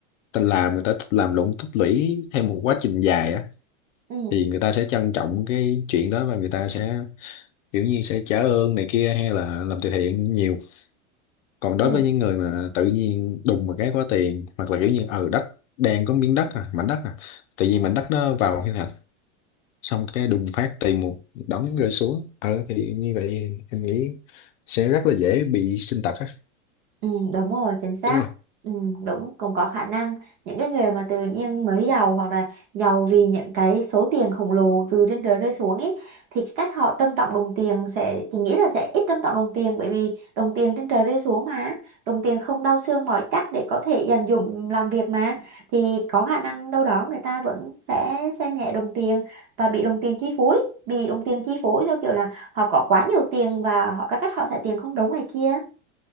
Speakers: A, on the left (about 85°); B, on the right (about 25°).
A: ta làm người ta thích làm lụng tích lũy theo một quá trình dài á
B: ừ
A: thì người ta sẽ trân trọng cái chuyện đó và người ta sẽ kiểu như sẽ trả ơn này kia hay là làm từ thiện nhiều còn đối
B: ừ
A: với những người mà tự nhiên đùng một cái có tiền hoặc là kiểu như ở đất đang có miếng đất à, mảnh đất à tự nhiên mảnh đất nó vào quy hoạch xong cái đùng phát tiền một đống rơi xuống ờ thì như vậy em nghĩ sẽ rất là dễ bị sinh tật á
B: Ừ, đúng rồi, chính xác.
A: đúng không
B: Ừ, đúng, cũng có khả năng những cái người mà tự nhiên mới giàu hoặc là giàu vì những cái số tiền khổng lồ từ trên trời rơi xuống ấy thì cái cách họ trân trọng đồng tiền sẽ thì nghĩ là sẽ ít trân trọng đồng tiền bởi vì đồng tiền trên trời rơi xuống mà đồng tiền không đau xương mỏi chắc để có thể dành dụm làm việc mà thì có khả năng đâu đó người ta vẫn sẽ xem nhẹ đồng tiền và bị đồng tiền chi phối bị đồng tiền chi phối theo kiểu là họ có quá nhiều tiền và họ các cách họ xài tiền không đúng này kia.